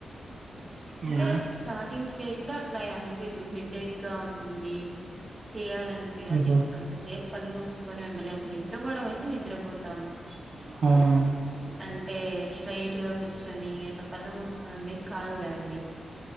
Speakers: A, on the right; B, on the right.
A: అంటే
B: అవునా
A: స్టార్టింగ్ స్టేజ్ లో అట్లా అయను హెడేక్ గా ఉంటుంది చెయాలనిపిదు అంటే
B: ఓహో
A: అంతసేపు కళ్ళు మూసుకొని ఉండలేం నిద్రపోవడం అయితే నిద్రపోతాం
B: అవునవును
A: క అంటే స్ట్రైట్ గా కూర్చొని అట్లా కళ్ళు మూసుకొని ఉండే కాదు కదండి అండి